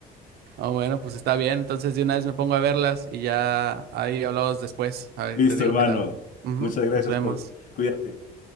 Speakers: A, on the right; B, on the left.
A: Ah, bueno, pues está bien. Entonces de una vez me pongo a verlas y ya ahí hablamos después. A ver,
B: Listo,
A: te digo
B: hermano.
A: qué tal. Ujú,
B: Muchas gracias
A: Nos vemos.
B: por... Cuídate.